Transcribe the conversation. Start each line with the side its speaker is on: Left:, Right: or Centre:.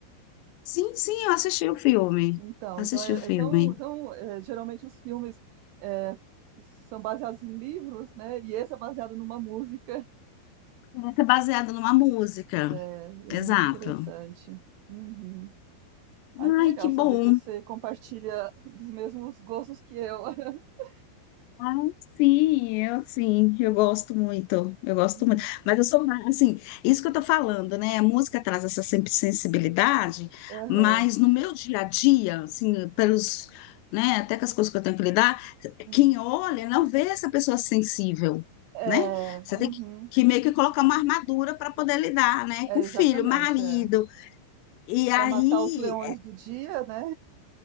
Left: Sim, sim, eu assisti o filme.
Right: Então,
Left: Assisti
Right: então é,
Left: o filme.
Right: é tão, tão é, geralmente os filmes é, f- são baseados em livros, né? E esse é baseado numa música.
Left: Vai ser baseado numa música.
Right: É, e
Left: Exato.
Right: é muito interessante. Uhum. Ai,
Left: Ai,
Right: que legal
Left: que bom.
Right: saber que você compartilha dos mesmos gostos que eu. <laughs>
Left: Ah, sim, eu sim, eu gosto muito, eu gosto
Right: Uhum.
Left: muito. Mas eu sou mais, assim, isso que eu tô falando, né? A música traz essa sempre sensibilidade,
Right: Aham.
Left: mas no meu dia a dia, assim, pelos, né, até com as coisas que eu tenho que lidar,
Right: Hum.
Left: quem olha não vê essa pessoa sensível,
Right: É,
Left: né? Você
Right: uhum.
Left: tem que, que meio que colocar uma armadura para poder lidar, né?
Right: É,
Left: Com
Right: exatamente.
Left: filho, marido.
Right: É.
Left: E aí
Right: Para matar os leões do dia, né?